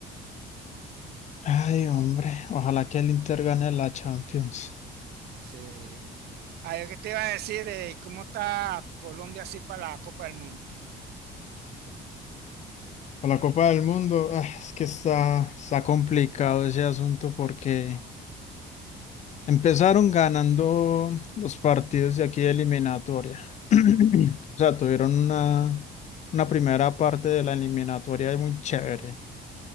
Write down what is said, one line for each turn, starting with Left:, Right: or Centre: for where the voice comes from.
Left: Ay, hombre, ojalá que el Inter gane la Champions.
Right: Sí. Ah, yo qué te iba a decir, eh, ¿cómo está Colombia así para la Copa del Mundo?
Left: o la Copa del Mundo, ay, es que está, está complicado ese asunto porque Empezaron ganando los partidos de aquí de eliminatoria. <clears throat> O sea, tuvieron una, una primera parte de la eliminatoria muy chévere.